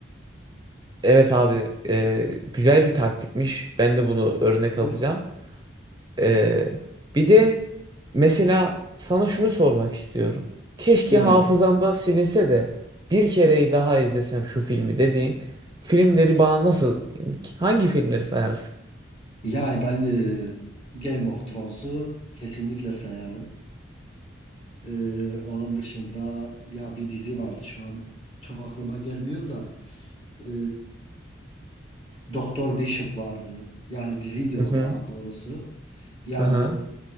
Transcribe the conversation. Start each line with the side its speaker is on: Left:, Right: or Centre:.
Right: Evet abi e, güzel bir taktikmiş. Ben de bunu örnek
Left: <laughs>
Right: alacağım. Ee, bir de mesela sana şunu sormak istiyorum. Keşke
Left: Evet.
Right: hafızamdan silinse de bir kereyi daha izlesem şu filmi dediğin filmleri bana nasıl hangi filmleri sayarsın?
Left: Yani ben e, Game of Thrones'u kesinlikle sayarım. E, onun dışında ya bir dizi vardı şu an çok aklıma gelmiyor da e, Doktor Bishop vardı. Yani diziydi
Right: Hı
Left: o
Right: hı.
Left: daha doğrusu. Yani
Right: Aha.